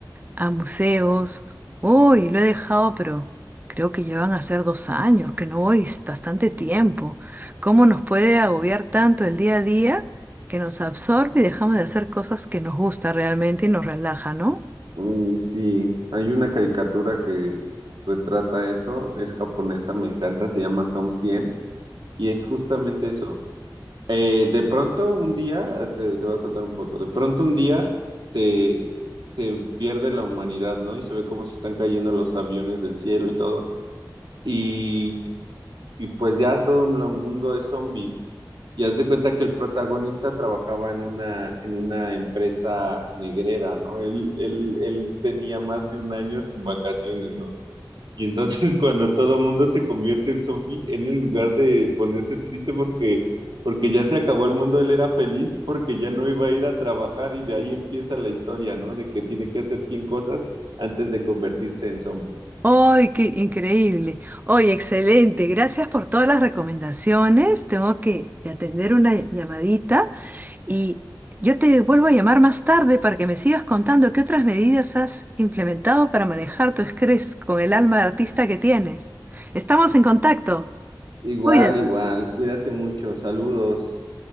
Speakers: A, on the right; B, on the right.
A: a museos. Uy, lo he dejado, pero creo que llevan a ser dos años, que no voy, es bastante tiempo. ¿Cómo nos puede agobiar tanto el día a día que nos absorbe y dejamos de hacer cosas que nos gusta realmente y nos relaja, ¿no?
B: Mm, sí, hay una caricatura que retrata eso, es japonesa, me encanta, se llama Som 100 y es justamente eso. Eh, de pronto un día, te, te voy a contar un poco, de pronto un día te, te pierde la humanidad, ¿no? Y se ve cómo se están cayendo los aviones del cielo y todo, y, y pues ya todo el mundo es zombie. Y haz de cuenta que el protagonista trabajaba en una, en una empresa negrera, ¿no? Él, él, él tenía más de un año sin vacaciones, ¿no? Y entonces <laughs> cuando todo el mundo se convierte en zombie, él en lugar de ponerse triste porque, porque ya se acabó el mundo, él era feliz porque ya no iba a ir a trabajar y de ahí empieza la historia, ¿no? De que tiene que hacer 100 cosas antes de convertirse en zombie.
A: ¡Ay, qué increíble! ¡Ay, excelente! Gracias por todas las recomendaciones. Tengo que atender una llamadita. Y yo te vuelvo a llamar más tarde para que me sigas contando qué otras medidas has implementado para manejar tu estrés con el alma de artista que tienes. Estamos en contacto.
B: Igual,
A: Cuídate.
B: igual, cuídate mucho, saludos.